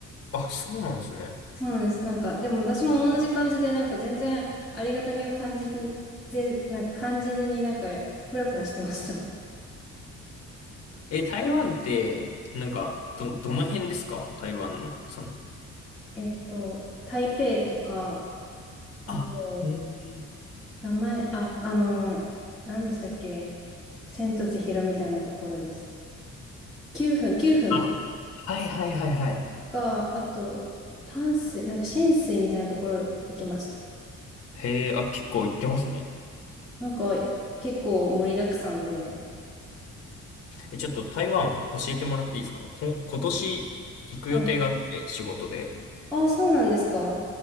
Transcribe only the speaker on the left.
あ、そうなんですね。
え、台湾って、なんか、ど、どの辺ですか台湾の、その。
あ、へえ。
あ、はいはいはいはい。
へえ、あ、結構行ってますね。
え、ちょっと台湾教えてもらっていいですかこ、今年行く予定があって、
仕事で。